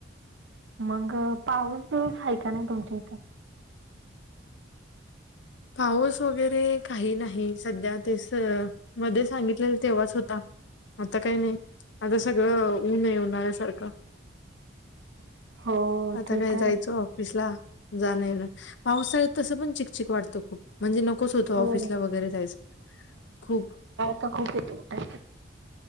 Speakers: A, on the right; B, on the left.
A: मग... पाऊस- बिऊस हाय का नाई तुमच्या इथं?
B: पाऊस वगैरे काही नाही... सध्या ते असं मध्ये सांगितलेलं... तेव्हाच होता. आता काय नाई... आता सगळं ऊन ए... उन्हाळ्यासारखं.
A: <inaudible>
B: आता
A: ते
B: काय...
A: तर
B: जायचं
A: आहे.
B: ऑफिसला जाणं- येणं... पावसाळ्यात तसं पण चिकचक वाटतं खूप. म्हणजे नकोच होतं ऑफिसला
A: हो
B: वगैरे जायचं... खूप.
A: ताप खूप येतो... टायफाइड.